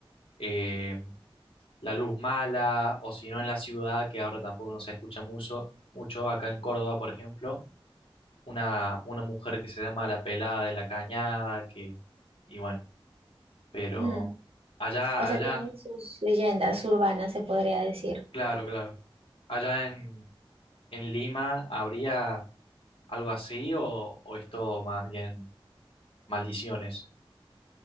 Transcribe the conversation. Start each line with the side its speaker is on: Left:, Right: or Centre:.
Left: eh, la luz mala o si no en la ciudad, que ahora tampoco no se escucha mucho, mucho acá en Córdoba, por ejemplo, una, una mujer que se llama la pelada de la cañada, que, y bueno, pero
Right: ujú.
Left: allá,
Right: O sea,
Left: allá,
Right: tienen sus leyendas urbanas, se podría decir.
Left: claro, claro, allá en... en Lima habría algo así o, o es todo más bien maldiciones?